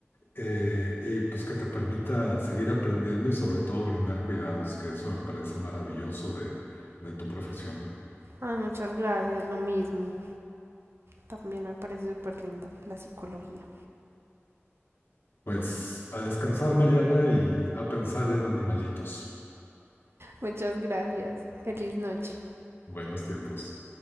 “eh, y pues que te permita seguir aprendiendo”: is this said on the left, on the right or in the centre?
Left